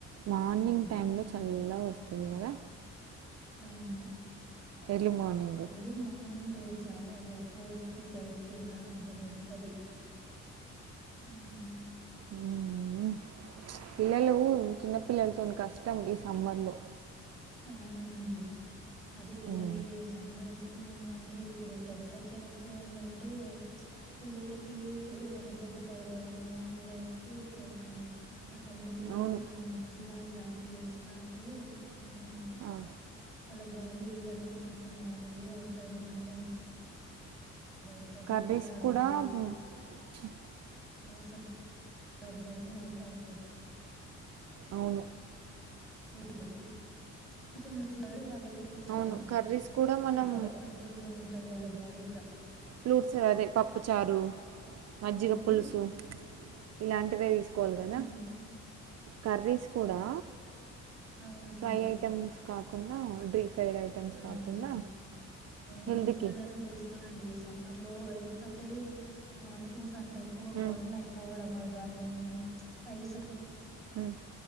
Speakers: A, on the right; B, in the centre.
A: మార్నింగ్
B: హ్మ్
A: టైమ్ లో
B: హ్మ్
A: చల్లాగా వస్తది కదా
B: అవును
A: ఎర్లీ మార్నింగ్
B: ఎర్లీ మార్నింగ్ చ ఫోర్ కి ఫైవ్ కి అలా భలే ఉంటది ఉమ్మ్
A: ఉమ్ పిల్లలు చిన్నపిల్లలతోని కష్టం ఈ సమ్మర్లో
B: అవునండి అది వేరే
A: ఉమ్
B: సమ్మర్ ఎక్కువ ఉందంటే ఇప్పుడు టెంపరేచర్ ఎక్కువ ఉందంటే చ్ పిల్లలకి వడదెబ్బ్ దబ్బ తగలడము ఇలా ఎక్కువ అయితది అంటుంది ఆ టైమ్లో పిల్లోలకి
A: అవును
B: మనం మజ్జిగా ఇలాంటివి ఇస్తాంటే కొంచెం
A: ఆ
B: వాళ్ళ బాడీ ఇది అనేది కొంచెం ఇదిగా ఉంటుంది నార్మల్ ఇలా ఉంట
A: కర్రీస్
B: ఊపిరాడదు
A: కూడా <inaudible>
B: ముస్సన్ లా బర్న్ అవుతా ఉంటది
A: అవును
B: సో లైట్ కొంచెం ది కొంచెము
A: అవును కర్రీస్ కూడా మనం
B: ఇది బా కంట్రోల్ గా ఉంటది వాళ్ళ బాడీ కూడా
A: ఫ్లూట్స్ అదే పప్పు చారు మజ్జిగ
B: ఏంటండి
A: పులుసు ఇలాంటివే తీసుకోవాలి కదా
B: హ్మ్.
A: కర్రీస్ కూడా
B: అవును
A: ఫ్రై
B: అవును
A: ఐటమ్స్ కాకుండా డ్రీ ఫ్రైడ్ ఐటమ్స్
B: అలా
A: కాకుండా
B: అండి నేనైతే
A: హెల్త్కి
B: అలానే చేస్తానండి సమ్మర్ లో ఎందుకంటే ఆ పూస అంత ఎక్కువ
A: మ్మ్
B: బర్న్ అయిపోవడం కానీ పఐస్ంత
A: మ్మ్